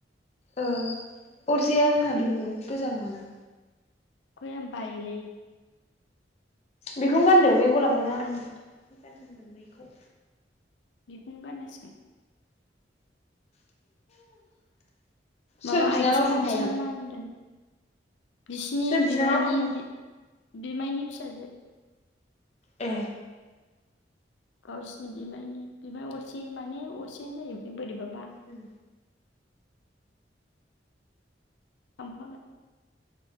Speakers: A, on the left; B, on the left.
A: अरजाया जोंहा
B: खैरोखौहाय
A: बेबो गोजा नङाना
B: खै आं बायोलै
A: बेखौनो गानदो बे गलाबखौनो आं गान मोननायखौ
B: बेखौनो गाननांसिगोन माबा
A: सोर बिनानाव
B: आइथिं
A: थांफागोन
B: उइथिं मा होनदों बिसिनि
A: सोर बिनानाव
B: बिनि
A: थांफा
B: बिमायनि फिसाजो
A: ए
B: गावसिनि बिमायनि बिमाय असे माने असेनो जायो ओमफ्राय बोरैबाबा
A: उम
B: <unintelligible>